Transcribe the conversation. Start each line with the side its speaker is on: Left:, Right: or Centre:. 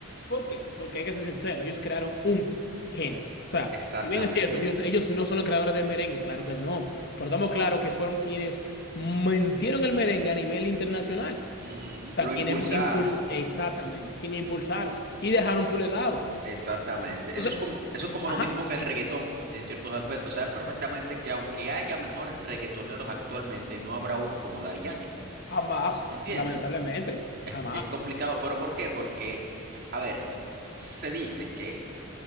Left: ¿por qué? Porque hay que ser sincero, ellos crearon un género. O sea,
Right: Exactamente.
Left: si bien es cierto, ellos, ellos no son los creadores del merengue, claro que no. Pero estamos claros que fueron quienes mintieron el merengue a nivel internacional
Right: ujú,
Left: sea,
Right: Lo
Left: quienes
Right: impulsaron.
Left: impulsaron, exactamente, quienes impulsaron y dejaron su legado.
Right: Exactamente.
Left: Entonces,
Right: Eso es como, eso es como
Left: ajá,
Right: lo mismo que el reggaetón en ciertos aspectos. Sabes perfectamente que aunque haya mejores reggaetoneros actualmente, no habrá uno como Daddy Yankee.
Left: jamás,
Right: ¿Entiendes?
Left: lamentablemente,
Right: Es,
Left: jamás,
Right: es complicado. ¿Pero por qué? Porque, a ver, se dice que